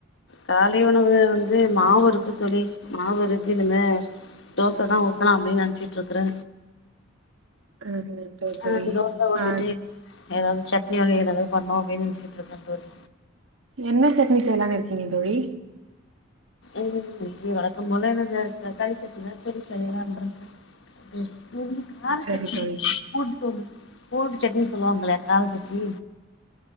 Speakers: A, on the left; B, on the right.
A: காலை உணவு வந்து மாவு இருக்கு தோழி மாவு இருக்கு இனிமே தேசதா ஊத்தனூ அப்டின் நெனைச்சிட்டு இருக்கிறோ
B: ஆ நன்றி தோழி
A: ஆ தோச ஊத்திட்டு
B: ஆ
A: ஏதாவது சட்னி வகை ஏதாவது பண்ணோ அப்டின்னு நெனச்சிட்டு இருக்கே தோழி
B: என்ன சட்னி செய்யலாம்ன்னு இருக்கீங்க தோழி
A: ம் வழக்கம் போல என்னது தக்காளி சட்னி தா திருப்பி செயலானுட் இருக்கே ம் ம் ஹூம் கார
B: சரி
A: சட்னி
B: தோழி
A: பூண்டு தோலு போண்டு சட்னி சொல்லுவாங்களே ஆதூக்கு